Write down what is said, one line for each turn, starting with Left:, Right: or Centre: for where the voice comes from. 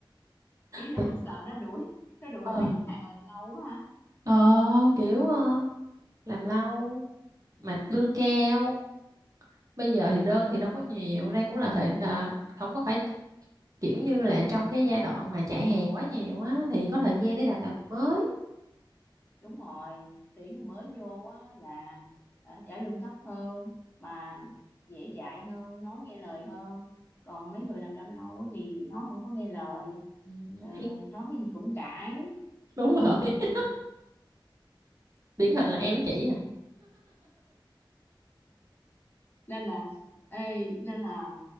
Left: ý là
Right: tình-
Left: <laughs> sợ nó đuổi nó đuổi
Right: Ờ,
Left: mấy thằng làm lâu quá ha
Right: ờ, kiểu ờ, làm lâu mà lương cao bây giờ thì đơn thì đâu có nhiều đây cũng là thời à, không có phải kiểu như là trong cái giai đoạn mà chạy hàng quá nhiều á thì có thời gian để đào
Left: ừ
Right: tạo mới
Left: đúng rồi tuyển người mới vô á là à, trả lương thấp hơn mà dễ dạy hơn nói nghe lời hơn còn mấy người làm lâu lâu á thì nói không có nghe lời
Right: Ừ,
Left: ờ,
Right: thì
Left: nói cái gì cũng cãi
Right: đúng rồi <laughs>
Left: nên
Right: điển hình là em với chị à
Left: nên là ê nên là